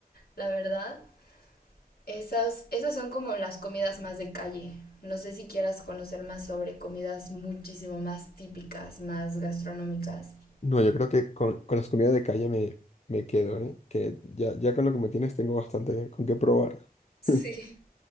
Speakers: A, on the left (about 80°); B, on the left (about 45°).
A: la verdad. Esas, esas son como las comidas más de calle. No sé si quieras conocer más sobre comidas muchísimo más típicas, más gastronómicas.
B: No, yo creo que con, con las comidas de calle me, me quedo, ¿eh? Que ya, ya con lo que me tienes tengo bastante con qué probar.
A: Sí.
B: <laughs>